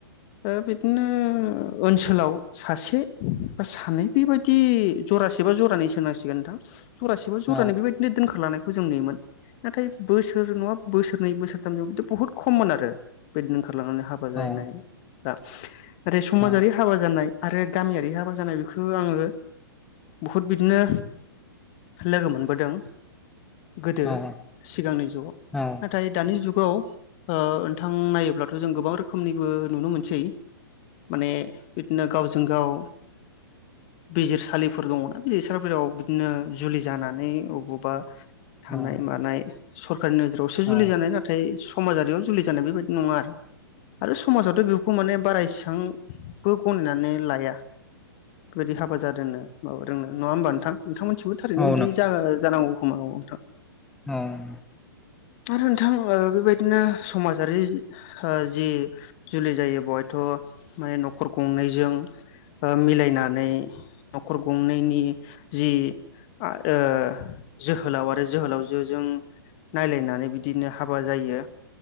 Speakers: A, on the left (about 35°); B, in the centre.
A: ओ बिदिनो ओनसोलाव सासे बा सानै बेबायदि जरासे बा जरानै सोनांसिगोन नोंथां जरासे बा जरानै
B: औ
A: बेबायदिनो दोनखारलानायखौ जों नुयोमोन नाथाय बोसोर नङा बोसोरनै बोसोरथामजौ बिथ' बहुद खममोन आरो बेदनो खारलांनानै हाबा जाहैनाय
B: औ
A: दा नाथाय समाजारि
B: औ
A: हाबा जानाय आरो गामियारि हाबा जानाय बेख्रो आङो बहुद बिदिनो लोगो मोनबोदों गोदो
B: औ
A: सिगांनि जुगाव
B: औ
A: नाथाय दानि जुगाव ओ थां नायोब्लाथ' जों गोबां रोखोमनिबो नुनो मोनसै माने बिदिनो गावजों गाव बिजिरसालिफोर दङदा बिजिर सारफोराव बिदिनो जुलि जानानै अबावबा थानाय
B: औ
A: मानाय सरखारनि नोजोरावसो जुलि
B: औ
A: जानाय नाथाय समाजारियाव जुलि जानाय बेबायदि नङा आरो आरो समाजावथ' बेखौ माने बारा एसांबो गनायनानै लाया फोबायदि हाबा जादोनो माबादोंनो नङा होमबा नोंथां नोंथांमोनथिंबो थारैनो
B: औ
A: बिदि जा जानांगौ खोमा औ नोंथां
B: अं
A: आरो नोंथां ओ बेबायदिनो समाजारि हो जि जुलि जायो बहायथ' अ माने न'खर गंनैजों ओ मिलायनानै न'खर गंनैनि जि आ ओ जोहोलाव आरो जोहोलावजोजों नायलायनानै बिदिनो हाबा जायो